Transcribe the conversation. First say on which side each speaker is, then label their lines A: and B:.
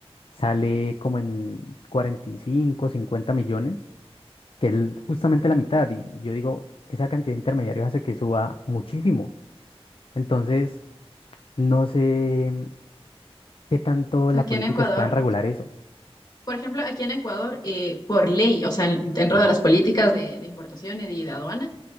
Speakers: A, on the left; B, on the left.
A: sale como en 45, 50 millones, que es l- justamente la mitad. Y yo digo, esa cantidad de intermediarios hace que suba muchísimo. Entonces, no sé qué tanto
B: O sea,
A: las
B: aquí
A: políticas
B: en Ecuador,
A: puedan regular eso.
B: por ejemplo, aquí en Ecuador, eh, por ley, o sea, dentro
A: Ujú,
B: de las políticas de, de importación y de aduana,